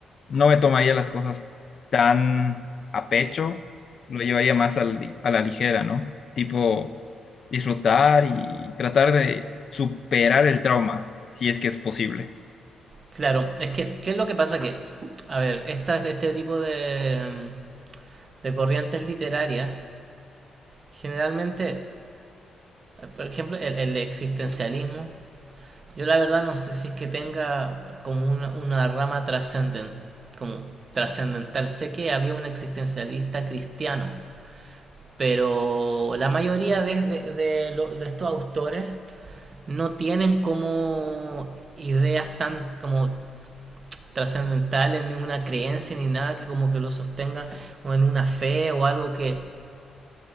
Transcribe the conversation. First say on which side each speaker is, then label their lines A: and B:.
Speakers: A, on the left; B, on the right.
A: no me tomaría las cosas tan a pecho, lo llevaría más al- a la ligera, ¿no? Tipo, disfrutar y tratar de superar el trauma, si es que es posible.
B: Claro, es que, ¿qué es lo que pasa? Que, a ver, esta, este tipo de, mm, de corrientes literarias, generalmente, por ejemplo, el, el existencialismo, Yo la verdad no sé si es que tenga como una, una rama trascenden- como trascendental. Sé que había un existencialista cristiano, pero la mayoría de, de- de lo- de estos autores no tienen como ideas tan como trascendentales, ni una creencia, ni nada que como que lo sostenga o en una fe o algo que...